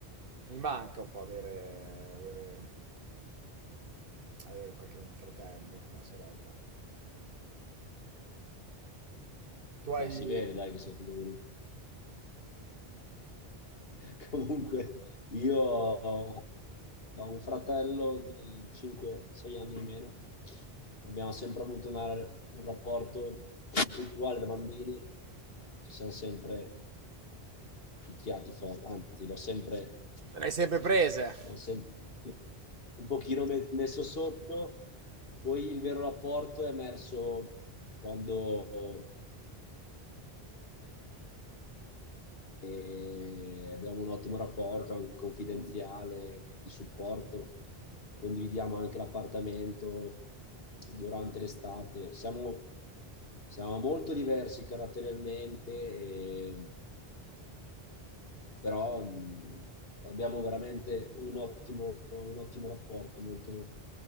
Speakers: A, on the right; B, on the left.
A: mi manca un po' avere avere avere qualche un fratello, una sorella. Tu hai,
B: Beh, si vede, dai, che sei figlio unico. <laughs> Comunque, io ho un fratello di 5-6 anni in meno. Abbiamo sempre avuto una- un rapporto conflittuale da bambini. Ci siamo sempre picchiati forte, anzi, l'ho sempre,
A: Le hai sempre prese?
B: l'ho sempre un pochino me- messo sotto. Poi il vero rapporto è emerso quando e abbiamo un ottimo rapporto anche confidenziale di supporto, condividiamo anche l'appartamento durante l'estate. Siamo, siamo molto diversi caratterialmente e però mh, abbiamo veramente un ottimo, un ottimo rapporto, molto